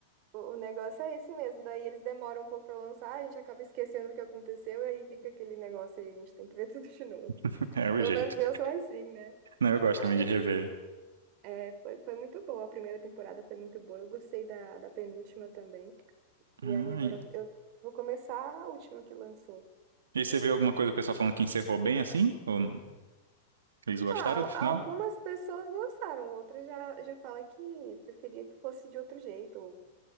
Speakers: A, on the right; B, on the right.
A: O o negócio é esse mesmo, daí eles demoram um pouco pra lançar, a gente acaba esquecendo o que aconteceu, e aí fica aquele negócio aí, a gente tem que ver <laughs> tudo de novo.
B: <laughs> É o
A: Pelo
B: jeito.
A: menos eu sou assim, né?
B: Não, eu gosto
A: Aí
B: também de rever.
A: é, foi, foi muito boa, a primeira temporada foi muito boa, eu gostei da, da penúltima também. E
B: Ah,
A: aí agora eu eu vou começar a última que lançou.
B: E aí você viu alguma coisa do pessoal falando que encerrou bem assim? Ou eles gostaram
A: Ah, al-
B: do final?
A: algumas pessoas gostaram, outras já, já fala que preferia que fosse de outro jeito,